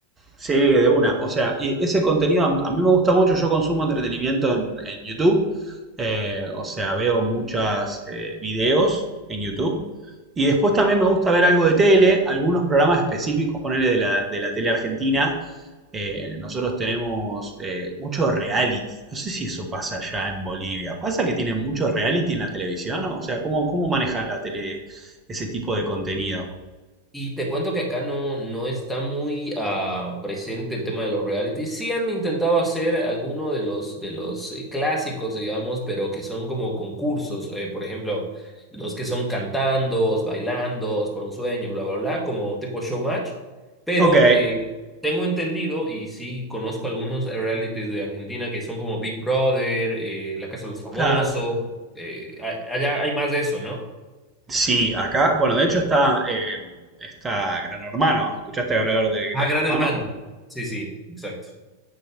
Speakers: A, on the right; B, in the centre.
A: Sí, de una. O sea, y ese contenido a, a mí me gusta mucho. Yo consumo entretenimiento en, en YouTube. Eh, o sea, veo muchos videos en YouTube. Y después también me gusta ver algo de tele, algunos programas específicos, ponerle de la, de la tele argentina. Eh, nosotros tenemos eh, mucho reality. No sé si eso pasa allá en Bolivia. ¿Pasa que tienen mucho reality en la televisión? O sea, ¿cómo, cómo manejan la tele ese tipo de contenido?
B: Y te cuento que acá no, no está muy ah, presente el tema de los realities. Sí han intentado hacer alguno de los, de los eh, clásicos, digamos, pero que son como concursos. eh, por ejemplo, los que son cantandos, bailandos, por un sueño, bla, bla, bla, como tipo showmatch. Pero
A: Ok,
B: eh, tengo entendido, y sí conozco algunos realities de Argentina que son como Big Brother, eh, La Casa de los Famosos.
A: claro.
B: eh, a- allá hay más de eso, ¿no?
A: Sí, acá, bueno, de hecho está, eh, está Gran Hermano. ¿Escuchaste hablar de
B: Ah,
A: Gran
B: Gran
A: Hermano?
B: Hermano. Sí, sí, exacto.